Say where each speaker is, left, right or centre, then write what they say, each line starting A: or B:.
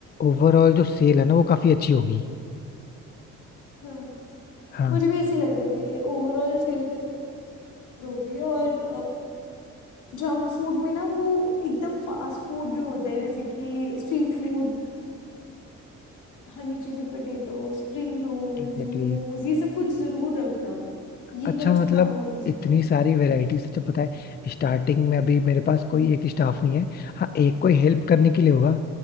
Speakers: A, on the left (about 35°); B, on the left (about 80°).
A: ओवरऑल जो सेल है ना वो काफी अच्छी होगी
B: हाँ
A: हाँ
B: मुझे भी ऐसे ही लगता है कि ओवरऑल हेल्थ होगी और जंक फूड में ना वो एकदम फास्ट फूड जो होता है जैसे कि street food honey chilli potato spring rolls
A: एग्जैक्टली
B: momos ये सब कुछ जरूर रखना ये
A: अच्छा
B: बच्चे
A: मतलब
B: खाना बहुत पसंद
A: इतनी
B: करते
A: सारी
B: हैं
A: वैरायटीज तो पता है स्टार्टिंग में अभी मेरे पास कोई एक स्टाफ नहीं है हाँ एक कोई हेल्प करने के लिए होगा